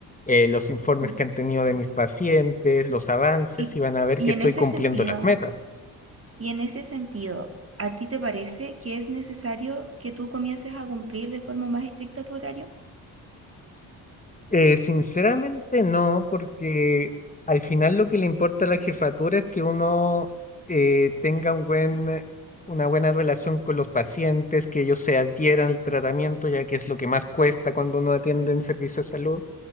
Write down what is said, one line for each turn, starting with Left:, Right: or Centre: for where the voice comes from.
Left: eh, los informes
Right: Ujú.
Left: que han tenido de mis pacientes, los avances,
Right: Y,
Left: y van a ver
Right: y
Left: que estoy
Right: en ese
Left: cumpliendo
Right: sentido,
Left: las metas.
Right: y en ese sentido, ¿a ti te parece que es necesario que tú comiences a cumplir de forma más estricta tu horario?
Left: Eh, sinceramente no, porque al final lo que le importa a la jefatura es que uno eh, tenga un buen, una buena relación con los pacientes, que ellos se adhieran al tratamiento, ya que es lo que más cuesta cuando uno atiende en servicio de salud.